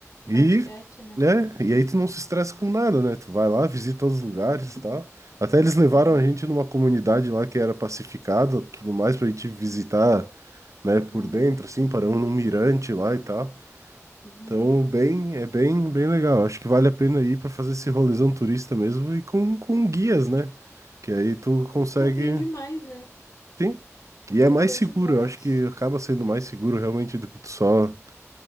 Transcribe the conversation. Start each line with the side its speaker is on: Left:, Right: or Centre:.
Right: E,
Left: Vai direto, né?
Right: né? E aí tu não se estressa com nada, né? Tu vai lá, visita os lugares e tal. Até eles levaram
Left: Uhum,
Right: a gente numa comunidade lá que era pacificada, tudo mais, pra gente visitar, né,
Left: uhum,
Right: por dentro, assim, paramos num mirante lá e tal.
Left: uhum.
Right: Então, bem, é bem, bem legal. Acho que vale a pena ir para fazer esse rolezão turista mesmo e com, com guias, né? Que aí tu consegue,
Left: Tu aprende mais, né?
Right: sim. E é
Left: Tu
Right: mais
Left: aprende
Right: seguro,
Left: mais.
Right: eu acho que acaba sendo mais seguro realmente do que tu só